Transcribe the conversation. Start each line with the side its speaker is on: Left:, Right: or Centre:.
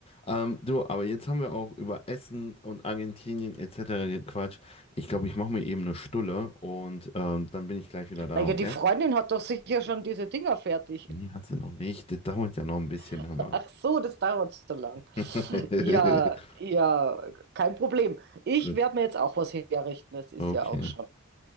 Left: Ähm, du, aber jetzt haben wir auch über Essen und Argentinien etc. gequatscht. Ich glaube, ich mache mir eben eine Stulle und ähm, dann bin ich gleich wieder da,
Right: Naja,
Left: okay?
Right: die Freundin hat doch sicher schon diese Dinger fertig.
Left: Nee, hat sie noch nicht. Das dauert ja noch ein bisschen,
Right: <laughs>
Left: Hammer.
Right: Ach so, das dauert so lang.
Left: <laughs>
Right: Ja, ja, kein Problem. Ich
Left: Gut,
Right: werde mir jetzt auch was herrichten. Es ist
Left: okay.
Right: ja auch schon,